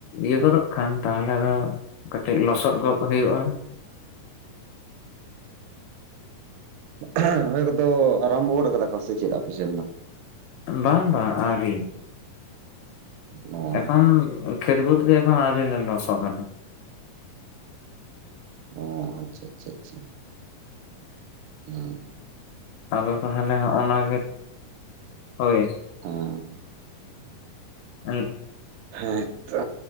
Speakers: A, on the left (about 80°); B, on the right (about 85°).
A: ᱤᱭᱟᱹ ᱜᱚᱫᱚᱜ ᱠᱷᱟᱱ ᱛᱟᱦᱚᱞᱮ ᱫᱚ ᱠᱟᱹᱴᱤᱡ ᱞᱚᱥᱚᱫ ᱜᱚᱫ ᱦᱩᱭᱩᱜᱼᱟ
B: ᱦᱚᱸ ᱨᱚᱦᱚᱭ ᱠᱚᱫᱚ ᱟᱨᱟᱢᱵᱚ ᱜᱚᱫ ᱠᱟᱫᱟ ᱠᱚ ᱥᱮ ᱪᱮᱫ ᱟᱯᱮ ᱥᱮᱫ ᱫᱚ?
A: ᱵᱟᱝ ᱵᱟᱝ ᱟᱹᱣᱨᱤ
B: ᱚ
A: ᱮᱠᱷᱚᱱ ᱠᱷᱮᱛ ᱵᱟᱹᱫ ᱜᱮ ᱮᱠᱷᱚᱱ ᱟᱣᱨᱤ ᱞᱮ ᱞᱚᱥᱚᱫᱟ
B: ᱚ ᱟᱪᱪᱷᱟ ᱟᱪᱪᱷᱟ ᱟᱪᱪᱷᱟ ᱦᱮᱸ
A: ᱟᱫᱚ ᱛᱟᱦᱚᱞᱮ ᱦᱚᱸᱜ ᱚᱱᱟ ᱜᱮ ᱦᱳᱭ
B: ᱦᱮᱸ
A: <unintelligible>
B: ᱦᱮᱸᱛᱚ